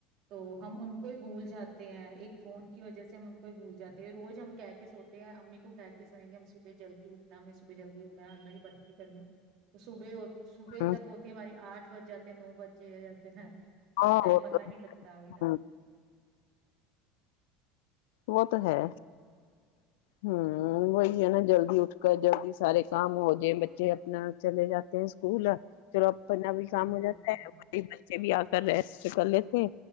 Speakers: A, on the right; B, on the left.
A: تو ہم ان کو ہی بھول جاتے ہیں ایک فون کی وجہ سے کوئی بھول جاتے ہے روز ہم کہے کہ سوتے ہیں امی کو کہے کے سویں گے ہم صبح جلدی اٹھنا ہمیں صبح جلدی اٹھنا ہے اللہ کی بندگی کرنی تو صبح ہوت صبح
B: ہمیں
A: تب ہوت ہماری آٹھ بج جاتے ہیں نو بج جاتے ہیں بس
B: ہاں
A: ٹائم
B: وہ
A: پتا ہی نہیں لگتا ابھی
B: تو
A: نا
B: وہ تو
A: ہاں
B: ہے امم وہی ہے نا جلدی اٹھ کر جلدی سارے کام ہو جائے بچے اپنا چلے جاتے ہیں کولا چلو اپنا بھی
A: بالکل
B: کام ہو جاتا
A: بالکل
B: ہے بچے بھی آ کر ریسٹ کر لیتے ہے